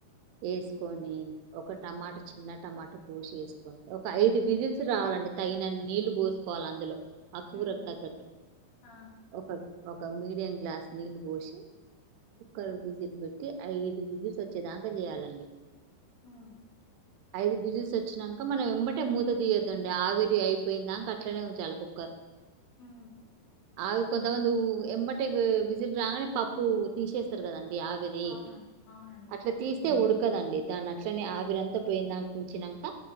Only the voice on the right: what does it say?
ఎసుకొని ఒక టమాట చిన్న టమాట కోసి ఎసుకోండి ఒక ఐదు విజిల్స్ రావాలండి తగినన్ని నీళ్లు పోసుకోవాలి అందులో ఆ
కూరకు తగ్గట్టు
ఒక ఒక మీడియం గ్లాస్ నీళ్ళు పోసి కుక్కరు విజిల్ పెట్టి ఐదు విజిల్స్ వచ్చేదాకా జేయాలండి
ఐదు విజిల్స్ వచ్చినంక మనం వెమ్మటే మూత తీయద్దండి ఆవిరి అయిపోయిన్ దాక అట్లనే ఉంచాలి కుక్కర్
ఆవి కొంతమంది ఎమ్మటే విజిల్ రాగానే పప్పు తీసేస్తారు కదా ఆవిరి
అట్లా తీస్తే ఉడు కదండి దాని అట్లనే ఆవిరంతా పోయిన్దాంక ఉంచినంక